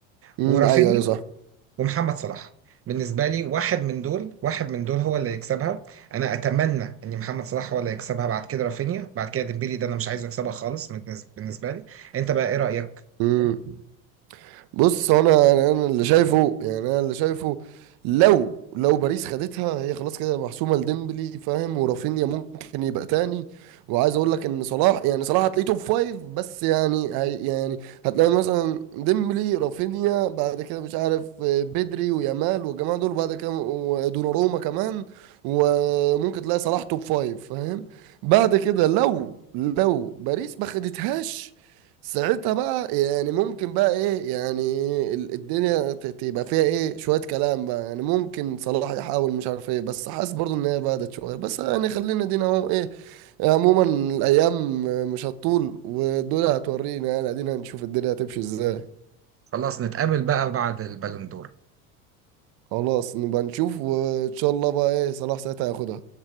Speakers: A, on the right; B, on the right.
A: امم
B: ورافينيا
A: ايوه ايوه صح
B: ومحمد صلاح بالنسبة لي واحد من دول واحد من دول هو اللي يكسبها أنا أتمنى إن محمد صلاح هو اللي يكسبها بعد كده رافينيا بعد كده ديمبيلي ده أنا مش عايزه يكسبها خالص بالنس- بالنسبة لي أنت بقى إيه رأيك؟
A: امم بص هو انا انا أنا اللي شايفه يعني انا اللي شايفه لو لو باريس خدتها هي خلاص كده محسومه لديمبلي فاهم ورافينيا ممكن يبقى تاني وعايز اقول لك ان صلاح يعني صلاح هتلاقيه توب فايف بس يعني هي يعني هتلاقي مثلا ديمبلي رافينيا بعد كده مش عارف آه، بدري ويامال والجماعه دول بعد كده ودوناروما كمان وممكن تلاقي صلاح توب فايف فاهم بعد كده لو لو باريس ما خدتهاش ساعتها بقى يعني ممكن بقى ايه يعني ال- الدنيا ت- تبقى فيها ايه شوية كلام بقى يعني ممكن صلاح يحاول مش عارف ايه بس حاسس برضو ان هي بعدت شوية بس يعني خلينا دينا اهو ايه عموما الايام مش هتطول ودول هتورينا يعني ادينا هنشوف الدنيا هتمشي ازاي
B: خلاص نتقابل بقى بعد البالون دور
A: خلاص نبقى نشوف وان شاء الله بقى ايه صلاح ساعتها هياخدها